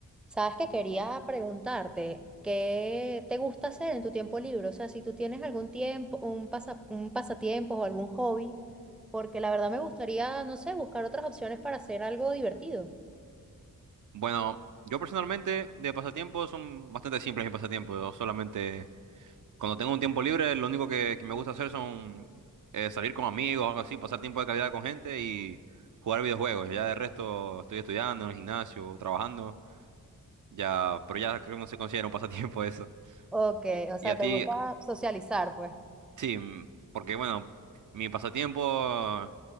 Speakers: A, in the centre; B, on the right (about 60°).
A: Sabes que quería preguntarte, ¿qué te gusta hacer en tu tiempo libre? O sea, si tú tienes algún tiempo, un pasa, un pasatiempo o algún hobby, porque la verdad me gustaría, no sé, buscar otras opciones para hacer algo divertido.
B: Bueno, yo personalmente de pasatiempos son bastante simples mis pasatiempos. Yo solamente cuando tengo un tiempo libre, lo único que, que me gusta hacer son eh, salir con amigos, algo así, pasar tiempo de calidad con gente y jugar videojuegos. Ya de resto estoy estudiando en el gimnasio, trabajando, ya, pero ya creo que no se considera un <laughs> pasatiempo eso.
A: Ok,
B: ¿Y,
A: o sea,
B: y a
A: te
B: ti,
A: gusta socializar, pues.
B: Sí, mm, porque bueno, mi pasatiempo